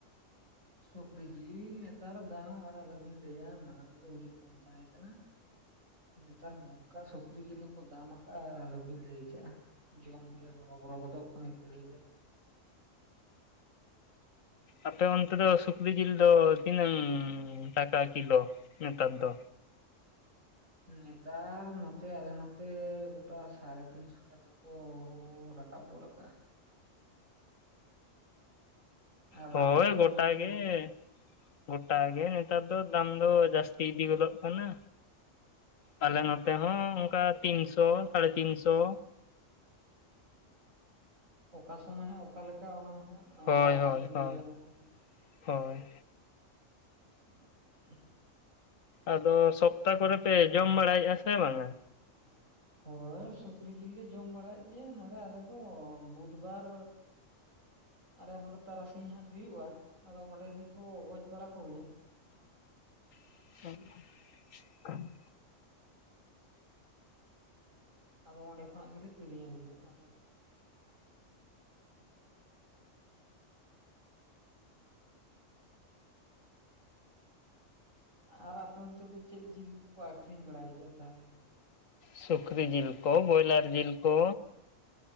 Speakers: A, on the right (about 80°); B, on the left (about 80°).
A: ᱥᱩᱠᱨᱤ ᱡᱤᱞ ᱱᱮᱛᱟᱨ ᱫᱟᱢ ᱟᱨ ᱟᱞᱚᱵᱤᱱ ᱞᱟᱹᱭᱟ ᱢᱟᱲᱟᱝ ᱫᱚ ᱟᱹᱰᱤ ᱠᱚᱢ ᱛᱟᱦᱮᱸ ᱠᱟᱱᱟ ᱱᱮᱛᱟᱨ ᱱᱚᱝᱠᱟ ᱥᱩᱠᱨᱤ ᱡᱤᱞ ᱦᱚᱸᱠᱚ ᱫᱟᱢ ᱟᱠᱟᱜ-ᱟ ᱟᱨ ᱟᱞᱚᱵᱤᱱ ᱞᱟᱹᱭ ᱠᱮᱜ-ᱟ᱾ ᱡᱚᱢ ᱦᱚᱞᱮ ᱦᱚᱨᱚᱵᱚᱨᱚ ᱜᱚᱫᱚᱜ ᱠᱟᱱᱟ ᱠᱤᱨᱤᱧ ᱠᱟᱛᱮ᱾
B: ᱟᱯᱮ ᱚᱱᱛᱮ ᱫᱚ ᱥᱩᱠᱨᱤ ᱡᱤᱞ ᱫᱚ ᱛᱤᱱᱟᱹᱝ ᱴᱟᱠᱟ ᱠᱤᱞᱳ ᱱᱮᱛᱟᱨ ᱫᱚ?
A: ᱱᱮᱛᱟᱨ ᱱᱚᱛᱮ ᱟᱞᱮ ᱱᱚᱛᱮ ᱜᱳᱴᱟ ᱥᱟᱲᱮ ᱛᱤᱱᱥᱚ ᱴᱟᱠᱟ᱾ ᱠᱚᱻᱩ ᱨᱟᱠᱟᱵ ᱜᱚᱫ ᱟᱠᱟᱫ-ᱟ ᱟᱨ
B: ᱦᱳᱭ
A: ᱟᱯᱮ
B: ᱜᱳᱴᱟ
A: ᱚᱱᱛᱮ
B: ᱜᱮ
A: ᱫᱚ?
B: ᱜᱚᱴᱟ ᱜᱮ ᱱᱮᱛᱟᱨ ᱫᱚ ᱫᱟᱢ ᱫᱚ ᱡᱟᱹᱥᱛᱤ ᱤᱫᱤ ᱜᱚᱫᱚᱜ ᱠᱟᱱᱟ᱾ ᱟᱞᱮ ᱱᱚᱛᱮ ᱦᱚᱸ ᱚᱱᱠᱟ ᱛᱤᱱᱥᱚ ᱥᱟᱲᱮ ᱛᱤᱱ ᱥᱚ᱾
A: ᱚᱠᱟ ᱥᱚᱢᱚᱭ ᱦᱟᱸᱜ ᱚᱠᱟᱞᱮᱠᱟ ᱚᱱᱟ ᱢᱟᱦᱟᱸ
B: ᱦᱳᱭ
A: ᱵᱟᱝ
B: ᱦᱳᱭ
A: ᱞᱟᱹᱭ
B: ᱦᱳᱭ
A: ᱜᱟᱱᱚᱜ ᱠᱟᱱᱟ᱾
B: ᱦᱳᱭ
A: <unintelligible>
B: ᱟᱫᱚ ᱥᱚᱯᱛᱟᱦ ᱠᱚᱨᱮ ᱯᱮ ᱡᱚᱢ ᱵᱟᱲᱟᱭᱮᱜ-ᱟ ᱥᱮ ᱵᱟᱝᱟ?
A: <unintelligible> ᱦᱚᱭ ᱥᱩᱠᱨᱤ ᱡᱤᱞ ᱞᱮ ᱡᱚᱢ ᱵᱟᱲᱟᱭᱮᱜ ᱜᱮᱭᱟ ᱱᱚᱸᱰᱮ ᱟᱞᱮᱫᱚ ᱵᱩᱫᱷᱵᱟᱨ ᱟᱞᱮ ᱱᱚᱸᱰᱮ ᱛᱟᱨᱟᱥᱤᱧ ᱦᱟᱴ ᱦᱩᱭᱩᱜᱼᱟ ᱟᱫᱚ ᱚᱸᱰᱮ ᱜᱮᱠᱚ ᱜᱚᱡ ᱵᱟᱲᱟ ᱠᱚᱜᱮᱭᱟ
B: <unintelligible>
A: ᱟᱫᱚ ᱚᱸᱰᱮ ᱠᱷᱚᱱᱟᱜ ᱜᱮᱞᱮ ᱠᱤᱨᱤᱧ ᱟᱹᱜᱩ ᱡᱚᱝ-ᱟ ᱟᱞᱮ ᱫᱚ᱾ <inaudible> ᱟᱨ ᱟᱯᱮ ᱚᱱᱛᱮ ᱫᱚ ᱪᱮᱫ ᱡᱤᱞ ᱠᱚᱠᱚ ᱟᱠᱷᱨᱤᱧ ᱵᱟᱲᱟᱭ ᱜᱮᱭᱟ ᱛᱟᱦᱚᱞᱮ?
B: ᱥᱩᱠᱨᱤ ᱡᱤᱞ ᱠᱚ ᱵᱚᱭᱞᱟᱨ ᱡᱤᱞ ᱠᱚ᱾